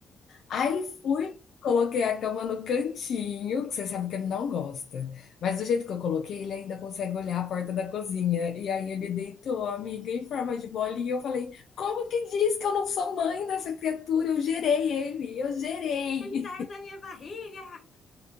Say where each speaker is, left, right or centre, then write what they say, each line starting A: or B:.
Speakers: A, on the left (about 65°); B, on the left (about 40°).
A: Aí fui, coloquei a cama no cantinho, que você sabe que ele não gosta, mas do jeito que eu coloquei, ele ainda consegue olhar a porta da cozinha. E aí ele deitou, amiga, em forma de bolinha. Eu falei: "Como que diz que eu não sou mãe dessa criatura? Eu gerei ele, eu gerei.
B: Ele saiu da minha barriga!